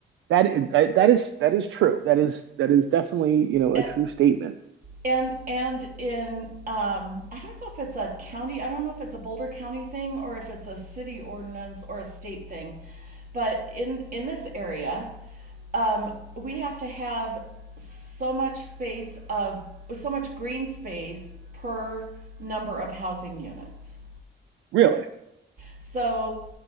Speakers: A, on the right (about 75°); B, on the right (about 45°).
A: That is, that that is that is true. That is that is definitely, you know,
B: And
A: a true statement.
B: and and in um, I don't know if it's a county, I don't know if it's a Boulder County thing or if it's a city ordinance or a state thing, but in in this area, um, we have to have so much space of so much green space per number of housing units.
A: Really?
B: So,